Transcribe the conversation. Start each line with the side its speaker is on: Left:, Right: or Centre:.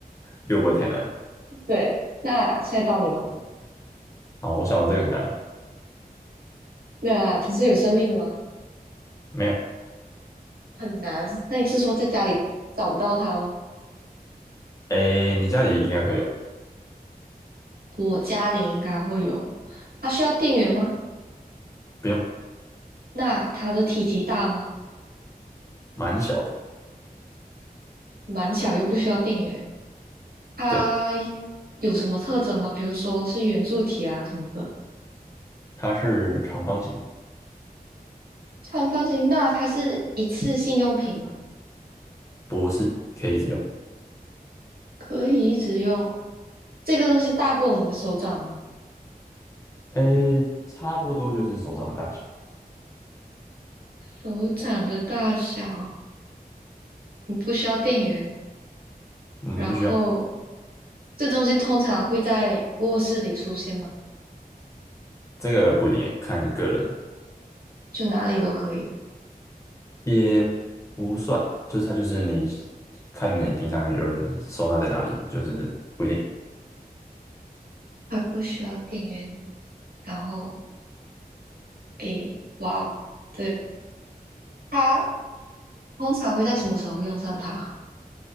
Left: 又不会太难。
Right: 对，那现在到你咯。
Left: 啊！我想到这个很难了，
Right: 那它是有生命的吗？
Left: 没有。
Right: 很难。那你是说在家里找不到它咯？
Left: 哎，你家里应该会有，
Right: 我家里应该会有，它需要电源吗？
Left: 不用，
Right: 那它的体积大吗？
Left: 蛮小的。
Right: 蛮小又不需要电源。它
Left: 对，
Right: 有什么特征吗？比如说是圆柱体啊什么的。
Left: 它是长方形的，
Right: 它很放心。那它是一次性用品吗？
Left: 不是，可以一直用。
Right: 可以一直用。这个东西大过我们的手掌吗？
Left: 哎，差不多就是手掌的大小。
Right: 手掌的大小，你不需要电源。
Left: 嗯，
Right: 然后
Left: 不需要，
Right: 这东西通常会在卧室里出现吗？
Left: 这个不一定诶，看个人，
Right: 就哪里都可以，
Left: 也不算，就是它就是你看你平常有人收纳在哪里，就是不一定。
Right: 它不需要电源。然后，诶，哇哦，对，它通常会在什么时候用上它？